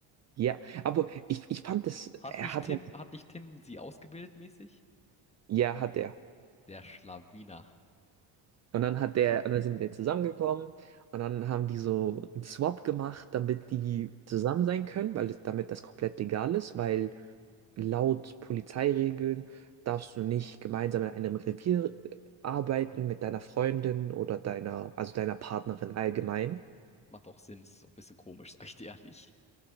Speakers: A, on the right (about 40°); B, on the left (about 15°).
A: Ja, aber ich, ich fand das,
B: Hat
A: er
B: nicht
A: hat,
B: Tim, hat nicht Tim sie ausgebildet mäßig?
A: ja, hat er.
B: Der Schlawiner.
A: Und dann hat der, und dann sind wir zusammengekommen und dann haben die so einen Swap gemacht, damit die zusammen sein können, weil das, damit das komplett legal ist, weil laut Polizeiregeln darfst du nicht gemeinsam in einem Revier äh, arbeiten mit deiner Freundin oder deiner, also deiner Partnerin allgemein.
B: Macht auch Sinn, ist auch ein bisschen komisch, <laughs> sag ich dir ehrlich.